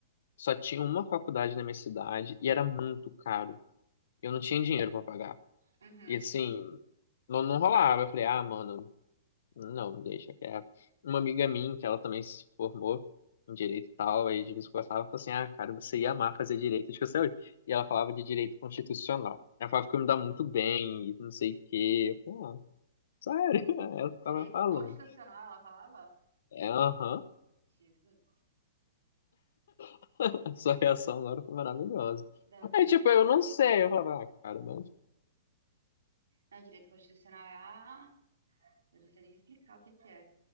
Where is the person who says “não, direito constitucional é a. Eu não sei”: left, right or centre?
Right